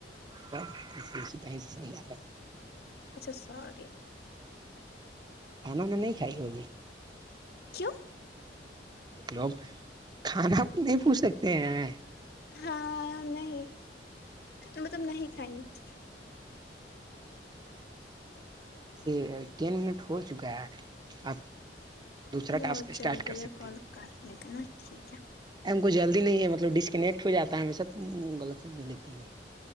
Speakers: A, on the right; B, on the left.
A: سب اس کہیں سے سن جاتا ہے
B: اچھا سوری
A: کھانا میں نہیں کائے کوبھی
B: کیوں
A: دیک لو اب کھانا نہیں پوچھ سکتے ہیں
B: ہاں نہیں مطلب نہیں کھائ گی
A: ایے ٹین منٹ ہو چکا ہے آپ دوسرا
B: بہت
A: ٹاسک اسٹارٹ
B: جلدی
A: کر سکتے
B: ہے کال
A: ہیں۔
B: کرنے کر ن ٹھیک ہے
A: ہم کو جلدی نہیں ہے مطلب ڈسکنیکٹ ہو جاتا ہے ہشہ غلط سمجھ لیتی وہ